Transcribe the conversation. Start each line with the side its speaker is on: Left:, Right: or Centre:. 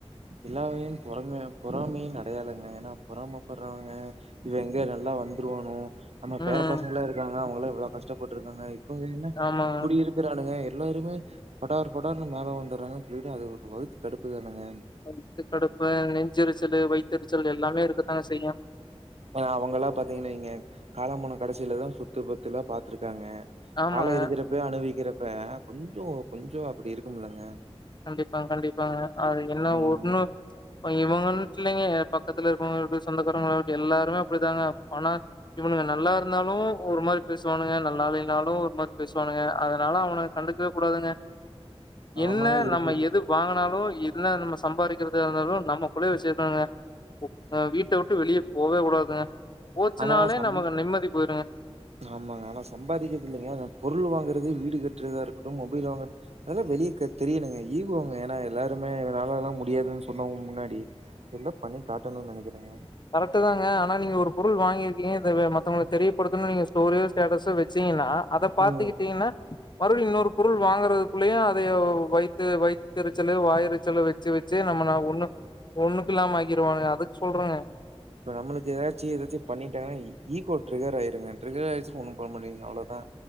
Right: எல்லாவகைலயும் பொறமை பொறாமையின் அடையாளங்க ஏனா பொறாமப்பட்றவங்க இவ எங்க நல்லா வந்துருவானோ நம்ம
Left: ம்
Right: பேற பசங்களா இருக்காங்க அவுங்களா எவ்வளோ கஷ்டப்பட்ருக்காங்க இப்ப என்ன
Left: ஆமாங்க.
Right: இப்புடி இருக் விரானங்க எல்லாருமே படார் படார்ன்னு மேல வந்துறாங்க சொல்லிட்டு அது ஒரு வகுத்து கடுப்பு தானுங்க
Left: வயித்து கடுப்பு நெஞ்செரிச்சலு வைத்தெரிச்சல் எல்லாமே இருக்கதாங்க செய்யு
Right: பார அவங்கல்லாம் பாத்திங்கன் வைங்க காலம் போன கடைசிலதான் சொத்து பத்துலாம் பாத்துருக்காங்க
Left: ஆமாங்க.
Right: காலொ இருக்கிறப்ப அனுபவிக்கிறப்ப கொஞ்சோ கொஞ்சோ அப்டி இருக்கும்லங்க
Left: கண்டிப்பா கண்டிப்பாங்க அது என்ன
Right: ம்
Left: ஒண்ணு. இப்ப இவுங்க விட்லையுங்க பக்கத்துல இருப்பவங்க சொந்தக்காரங்களாட்டு எல்லாருமே அப்படிதாங்க பணத் இவனுங்க நல்லா இருந்தாலு ஒரு மாரி பேசுவானுங்க நல்லாயில்லைனாலு ஒரு மாரி பேசுவானுங்க அதனால அவனு கண்டுக்கவே கூடாதுங்க
Right: ஆமா
Left: என்ன
Right: இருக்கு
Left: வாங்குனாலோ இல்ல நம்ம சம்பாதிக்கிறத இருந்தாலு நம்மக்குள்ளே வச்சிருக்கானுங்க ஒ வீட்ட விட்டு வெளியே போவே கூடாதுங்க போச்சுனாலே
Right: ஆனா சம்
Left: நமக்கு நிம்மதி போயிருங்க
Right: ஆமாங்க ஆனா சம்பாதிக்கருதுல்லைங்க ஆனா பொருள் வாங்கறது வீடு கட்டுறதாருக்கட்டு மொபைல் வாங்கற அதெல்லா வெளியே கத் தெரியணுங்க ஈகோங்க ஏன்னா எல்லாருமேனா என்னலேலா முடியாதுன்னு சொன்னவங்க முன்னாடி எது பண்ணி காட்டணுன்னு நெனைக்கிறேங்க
Left: கரெக்ட்டு தாங்க ஆனா நீங்க ஒரு பொருள் வாங்கியிருக்கீங்க அத மத்தவங்களுக்கு தெரியப்படுத்தனு நீங்க ஸ்டோரியோ ஸ்டேட்டஸோ வச்சீங்கன்னா அத பாத்துகிட்டீங்கன்னா
Right: ம்
Left: மறுபடியு இன்னொரு பொருள் வாங்கறதுக்குள்ளேயு அத வைத்து வைத்தரிச்சலு வாயரிச்சலு வெ வெச்சு வெச்சு நம்ம ஒண்ணுக் ஒண்ணுக்குல்லாம ஆக்கிடுவாங்க அதுக்கு சொல்றேங்க
Right: இப்போ நம்மளுக்கு எதாச்சு எதாச்சு பண்ணிட்டாங்கன்னா ஈகோ ட்ரிகர் ஆயிருங்க ட்ரிகர் ஆயிச்சுன் ஒன்னு பண்ண முடியாதுங்க அவ்ளோதா